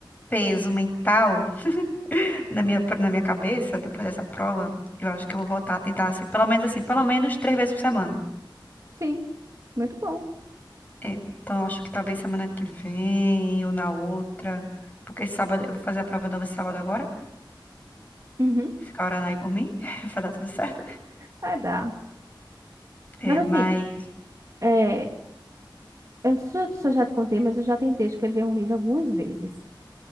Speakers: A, on the left; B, on the right.
A: peso mental na minha, na minha cabeça, depois dessa prova, eu acho que eu vou voltar a tentar ser, pelo menos assim, pelo menos três vezes por semana.
B: Sim, muito bom.
A: É. Então, eu acho que talvez semana que vem ou na outra. Porque esse sábado, eu vou fazer a prova nova esse sábado agora.
B: Uhum,
A: Ficar orando aí por mim, <laughs> vai dar tudo certo.
B: vai dar.
A: É,
B: Mas assim,
A: mas.
B: é, eu não sei se eu se eu já te contei, mas eu já tentei escrever um livro algumas vezes.